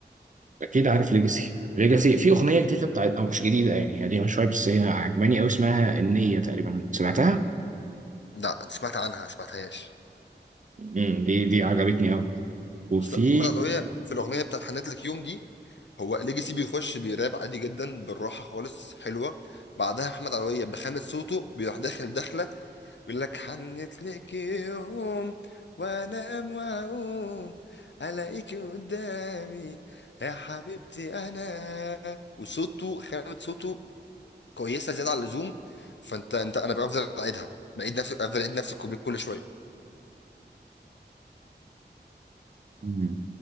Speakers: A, on the right (about 45°); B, on the left (about 80°).
A: اكيد عارف ليجاسي ليجاسي في اغنيه جديده بتاعت او مش جديده يعني هي قديمه شويه بس هي عجباني قوي اسمها النيه تقريبا سمعتها
B: لا سمعت عنها سمعتهاش
A: امم دي دي عجبتني قوي وفي
B: بس لا محمد عدويه في الاغنيه بتاعت حنت لك يوم دي هو ليجيسي بيخش بيراب عادي جدا بالراحه خالص حلوه بعدها محمد عدويه بخامه صوته بيروح داخل داخله يقول لك حنت لك يوم وانام واقوم الاقيكي قدامي يا حبيبتي انا وصوته خامة صوته كويسة زيادة عن اللزوم فانت انت انا بفضل اعيدها بعيد نفس افضل اعيد نفس الكوبليه كل شوية
A: مم.